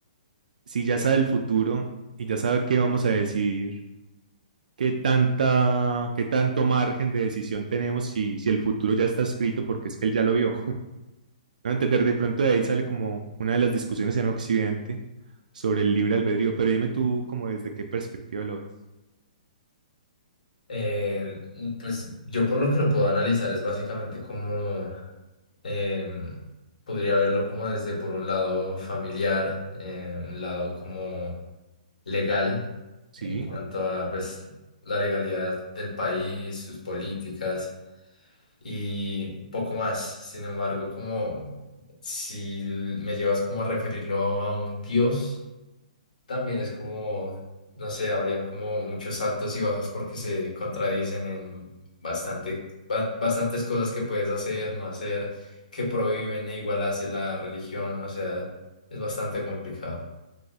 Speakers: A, on the right; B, on the left.
A: si ya sabe el futuro y ya sabe qué vamos a decidir, qué tanta, qué tanto margen de decisión tenemos si, si el futuro ya está escrito porque es que él ya lo vio. a entender, de pronto de ahí sale como una de las discusiones en Occidente sobre el libre albedrío, pero dime tú como desde qué perspectiva lo ves.
B: Eh, pues yo por lo que lo puedo analizar es básicamente como em, podría verlo como desde por un lado familiar, eh, un lado como legal
A: Sí,
B: en cuanto a pues la legalidad del país, sus políticas y poco más. Sin embargo, como si l- me llevas como a referirlo a un dios, también es como, no sé, habrían como muchos altos y bajos porque se contradicen en bastante, ba- bastantes cosas que puedes hacer, no hacer, que prohíben e igual hace la religión, o sea, es bastante complicado.